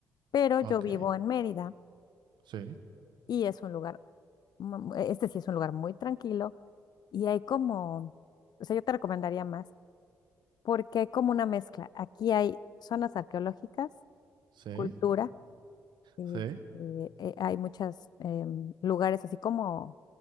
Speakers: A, on the left (about 55°); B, on the right (about 65°).
A: Pero
B: Ok,
A: yo vivo en Mérida
B: sí,
A: y es un lugar, mu- este sí es un lugar muy tranquilo y hay como, o sea, yo te recomendaría más porque hay como una mezcla. Aquí hay zonas arqueológicas,
B: sí,
A: cultura Este,
B: sí.
A: eh, hay muchos lugares así como,